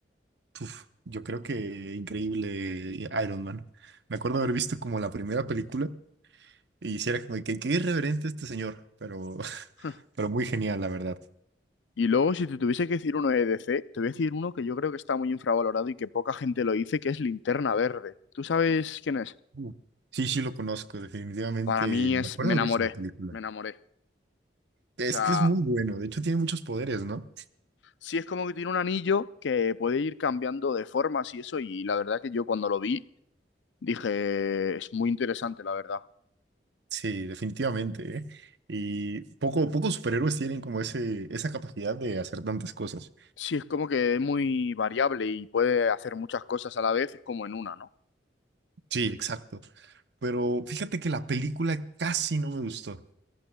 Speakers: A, on the right (about 70°); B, on the left (about 85°).
A: uf, yo creo que increíble Iron Man. Me acuerdo haber visto como la primera película y hiciera como de que qué irreverente este señor, pero, <laughs>
B: <laughs>
A: pero muy genial, la verdad.
B: Y luego, si te tuviese que decir uno de DC, te voy a decir uno que yo creo que está muy infravalorado y que poca gente lo dice, que es Linterna Verde. ¿Tú sabes quién es?
A: Uh, Sí, sí lo conozco, definitivamente.
B: Para mí
A: Me
B: es,
A: acuerdo
B: me
A: haber
B: enamoré,
A: visto una película.
B: me enamoré. O
A: Es
B: sea,
A: que es muy bueno, de hecho tiene muchos poderes, ¿no?
B: sí es como que tiene un anillo que puede ir cambiando de formas y eso, y la verdad que yo cuando lo vi dije, es muy interesante, la verdad.
A: Sí, definitivamente, ¿eh? Y poco, pocos superhéroes tienen como ese, esa capacidad de hacer tantas cosas.
B: Sí es como que es muy variable y puede hacer muchas cosas a la vez, es como en una, ¿no?
A: Sí, exacto. Pero fíjate que la película casi no me gustó.